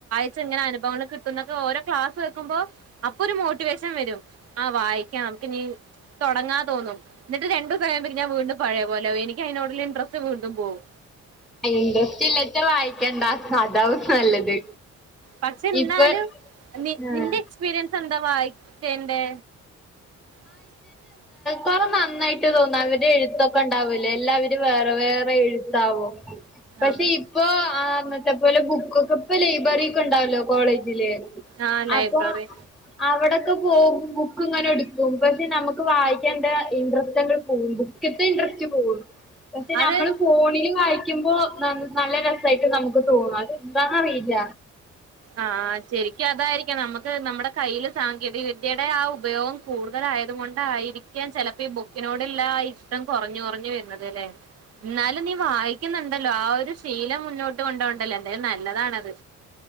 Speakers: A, on the right; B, in the centre.
A: യിച്ച ഇങ്ങനെ അനുഭവങ്ങൾ കിട്ടുന്നൊക്ക ഓരോ ക്ലാസ് കേൾക്കു ബോ അപ്പൊ ഒരു മോട്ടിവേഷൻ വരും ആ വായിക്കാം നമുക്ക് നീ തുടങ്ങാ തോനും എന്നിട്ട് രണ്ടു സമയം ഞാൻ വീണ്ടും പഴയ പോലോ എനിക്ക് അതിനോടുള്ള ഇൻടറ്രസ്റ്റ് വീണ്ടും പോകും
B: ഇൻറ്രസ്റ്റ് ഇല്ലാത്ത വായിക്കണ്ടാ അതാവും നല്ലത്
A: പക്ഷെ എന്നാലും
B: ഇപ്പൊ ആഹ്
A: നിന്റെ എക്സ്പീരിയൻസ് എന്താ വായിച്ചേന്റെ <inaudible>
B: കൊറ നന്നായിട്ട് തോന്നും അവര് എഴുത്തൊക്കെ ഉണ്ടാവൂലേ എല്ലാവരും വേറെ വേറെ എഴുത്താവും പക്ഷെ
A: ആഹ്
B: ഇപ്പൊ ആ അന്നത്തെ പോലെ ബുക്കക്കെ ഇപ്പ ലൈബ്രറിക്ക ഉണ്ടാവല്ലോ കോളേജില്
A: ആഹ് ലൈബ്രറി
B: അപ്പൊ അവിടെൊക്കെ പോകും ബുക്ക് ഇങ്ങനെ എടുക്ക പക്ഷെ നമുക്ക് വായിക്കാണ്ട ഇൻട്രസ്റ്റ്ങ്ങൾ പോവും ബുക്കത്തെ ഇൻട്രസ്റ്റ് പോകും പക്ഷെ
A: അത്
B: നമ്മള് ഫോണില് വായിക്കുമ്പോ നല്ല രസമായിട്ട് നമുക്ക് തോന്നും അത് എന്താണറിയില്ല
A: ആഹ് ശെരിക്കും അതായിരിക്കാം നമുക്ക് നമ്മുടെ കയ്യിൽ സാങ്കേതിക വിദ്യയുടെ ആ ഉപയോഗം കൂടുതലായത കൊണ്ടായിയിരിക്കാൻ ചിലപ്പോ ഈ ബുക്കിനോടുള്ള ആ ഇഷ്ടം കുറഞ്ഞു കുറഞ്ഞു വരുന്നത് ലേ ഇന്നാലും നീ വായിക്കുന്നുണ്ടല്ലോ ആ ഒരു ശീലം മുന്നോട്ട് കൊണ്ടോണ്ടല്ലോ എന്തായാലും നല്ലതാണത്